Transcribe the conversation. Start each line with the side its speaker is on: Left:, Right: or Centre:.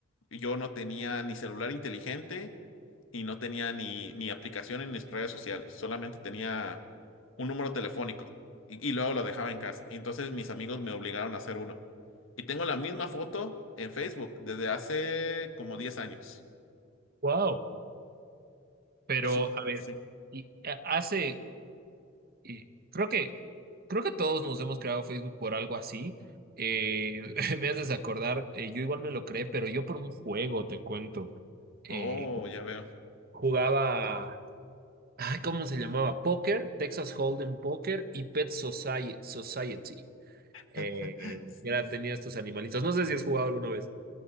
Left: Yo no tenía ni celular inteligente y no tenía ni, ni aplicaciones ni redes sociales, solamente tenía un número telefónico y, y luego lo dejaba en casa. Y entonces mis amigos me obligaron a hacer uno. Y tengo la misma foto en Facebook desde hace como 10 años.
Right: Wow. Pero,
Left: Eso,
Right: a ver,
Left: sí.
Right: y eh, hace, y creo que, creo que todos nos hemos creado Facebook por algo así. Eh, <laughs> me haces acordar, eh, yo igual me lo creé, pero yo por un juego, te cuento. Eh,
Left: Oh, ya veo.
Right: jugaba, ay, ¿cómo se llamaba? Póker, Texas Hold'em Póker y Pet Society. Society. Eh,
Left: <laughs>
Right: eh,
Left: Sí.
Right: era, tenía estos animalitos. No sé si has jugado alguna vez.